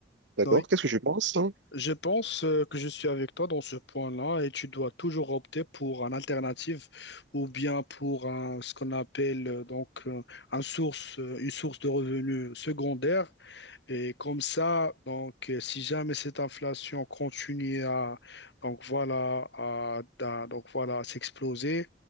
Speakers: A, on the right (about 90°); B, on the left (about 75°).
A: D'accord?
B: Oui.
A: Qu'est-ce que je pense? hein
B: Je pense euh, que je suis avec toi dans ce point-là et tu dois toujours opter pour une alternative ou bien pour un- ce qu'on appelle euh, donc euh, un source, euh, une source de revenus secondaire et comme ça, donc, euh, si jamais cette inflation continue à, donc voilà, à, à- donc voilà, à s'exploser,